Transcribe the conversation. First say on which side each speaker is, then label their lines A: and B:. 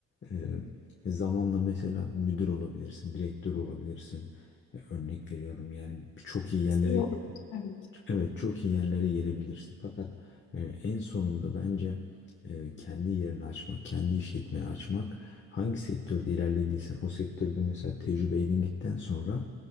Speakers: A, on the left; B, on the left.
A: Ee, zamanla mesela müdür olabilirsin, direktör olabilirsin. Ee, örnek veriyorum yani çok iyi yerlere
B: Şey olur.
A: ge-
B: Evet.
A: evet çok iyi yerlere gelebilirsin. Fakat e, en sonunda bence e, kendi yerini açmak, kendi işletmeyi açmak, hangi sektörde ilerlediysen o sektörde mesela tecrübe edindikten sonra